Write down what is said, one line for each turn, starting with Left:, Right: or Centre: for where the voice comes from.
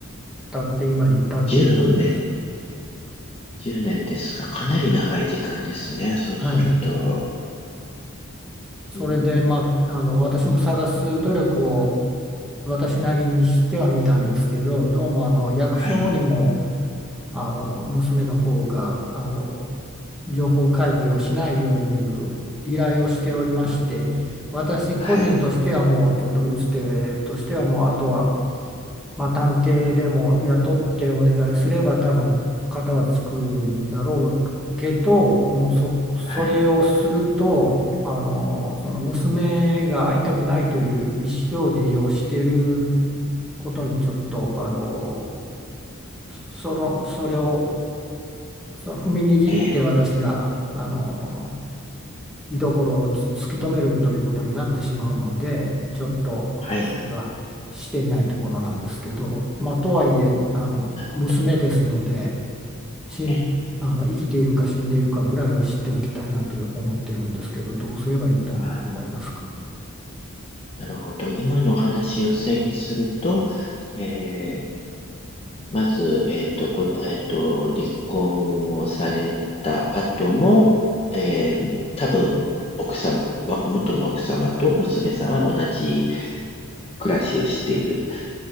Centre: たって今に至っているんです。
Left: 10年10年ですか。かなり長い時間ですね。
Centre: はい。
Left: そうすると。
Centre: はい。それで、
Left: うん、
Centre: まあ、あの、私も探す努力を私なりにしてはみたんですけど、どうもあの役所にも
Left: はい、
Centre: あの娘の方があの情報開示をしないようにいう依頼をしておりまして、私個人としてはもうちょっと打つ手としてはもうあとは
Left: はい、
Centre: まあ、探偵でも雇ってお願いすれば多分型はつくんだろうけどもうそ、
Left: はい、
Centre: それをするとあのその娘が会いたくないという意思表示をしていることにちょっとあのそそのそれをそ踏みにじって私があの
Left: ええ、
Centre: 居所をつ突き止めるということになってしまうのでちょっとそれはしていないところなんですけど、
Left: はい、
Centre: まあ、とはいえあの娘ですので
Left: なるほど。
Centre: しんあの生きているか死んでいるかぐらいは知っておきたいなと思ってるんですけどどうすればいいと思思いますか
Left: ええ、あ、なるほど。今のお話を整理すると、ええ、まず、えっと、こ、えっと、離婚をされた後も、ええ、多分、奥さんは、元の奥様と娘さんは同じ暮らしをしている。